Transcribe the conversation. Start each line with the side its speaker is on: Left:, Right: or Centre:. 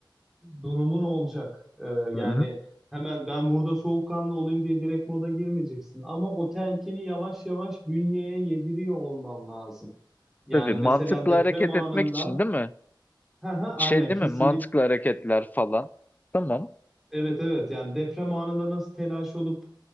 Centre: durumun olacak. E, yani
Left: Hı hı.
Centre: hemen ben burada soğukkanlı olayım diye direkt moda girmeyeceksin. Ama o telkini yavaş yavaş bünyeye yediriyor olman lazım. Yani
Left: Tabii mantıklı
Centre: mesela deprem
Left: hareket
Centre: anında,
Left: etmek için değil
Centre: <laughs>
Left: mi?
Centre: Hı hı, aynen
Left: Şey değil
Centre: kesinlikle.
Left: mi? Mantıklı hareketler falan. Tamam.
Centre: Evet evet yani deprem anında nasıl telaş olup